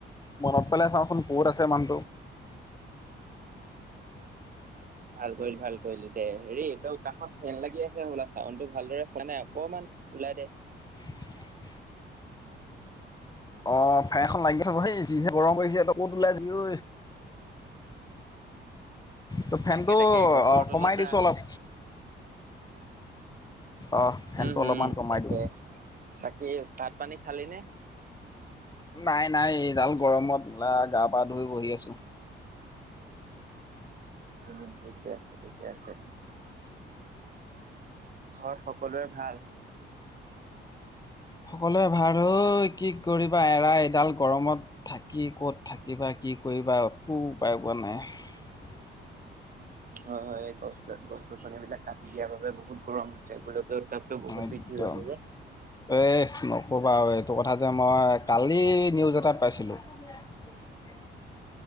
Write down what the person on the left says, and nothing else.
মনত পেলাই চাওঁচোন ক'ত আছে মানুহটো।
<inaudible> অ' ফেন এখন লাগিছে ব সেই যিহে গৰম কৰিছে, তই ক'ত ওলাই যি ঐ। ত' ফেনতটো
কমাই
দিছো অলপ। অ' ফেনটো
অলপমান কমাই
দিওঁ।
নাই নাই এইডাল গৰমতা গা-পা ধুই বহি আছো।
সকলোৱে ভাৰ ঐ কি কৰিবা এৰা এডাল গৰমত। থাকি ক'ত থাকিবা কি কৰিবা একো উপায় পোৱা নাই।
একদম।
এ নকবা বাৰু এইটো কথা যে মই কালি নিউজ এটাত পাইছিলোঁ। <unintelligible>